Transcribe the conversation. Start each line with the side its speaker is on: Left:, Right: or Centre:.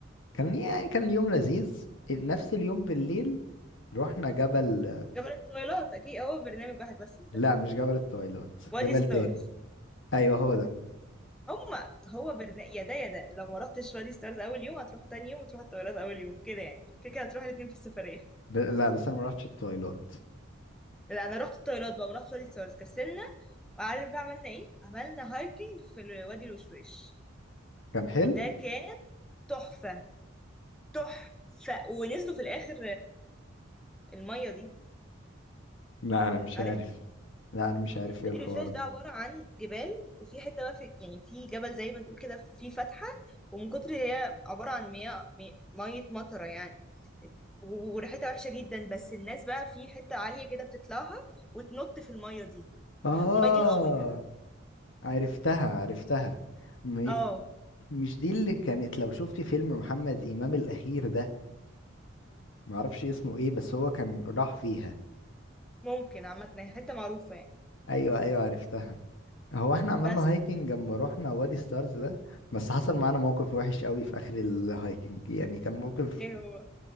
Left: كان يعني كان اليوم لذيذ نفس اليوم بالليل رحنا جبل
Centre: جبل الطويلات اكيد هو برنامج واحد بس ده
Left: لا مش جبل التويلات
Centre: وادي
Left: جبل
Centre: ستارز
Left: تاني أيوه هو ده
Centre: هما هو برنامج يا ده يا ده لو ما رحتش وادي ستارز اول يوم هتروح تاني يوم وتروح الطويلات اول يوم كده يعني كده كده هتروح الاتنين في السفريه
Left: ب... لا بس أنا ما رحتش التويلات
Centre: لا انا رحت الطيارات بقى ورحت وادي سوارز كسلنا وعارف بقى عملنا ايه عملنا هايكنج في ال- وادي الوشواش
Left: كان حلو
Centre: ده كان تحفة تحفة ونزلوا في الاخر المية دي
Left: لا انا مش
Centre: عارف
Left: عارف لا انا مش عارف ايه
Centre: وادي
Left: الحوار
Centre: الوشواش
Left: ده
Centre: ده عبارة عن جبال وفي حتة بقى في يعني في جبل زي ما تقول كده في فتحة ومن كتر هي عبارة عن مياه مي- مية مطرة يعني وريحتها وحشة جدا بس الناس بقى في حتة عالية كده بتطلعها وتنط في المية دي
Left: اه
Centre: المية دي غويطة
Left: عرفتها عرفتها م...
Centre: اه
Left: مش دي اللي كانت لو شفتي فيلم محمد امام الاخير ده معرفش اسمه ايه بس هو كان راح فيها
Centre: ممكن عامة هي حتة معروفة يعني.
Left: ايوه ايوه عرفتها هو احنا عملنا
Centre: بس
Left: هايكنج لما رحنا وادي ستارز ده بس حصل معانا موقف وحش قوي في اخر الهايكنج يعني كان موقف
Centre: ايه هو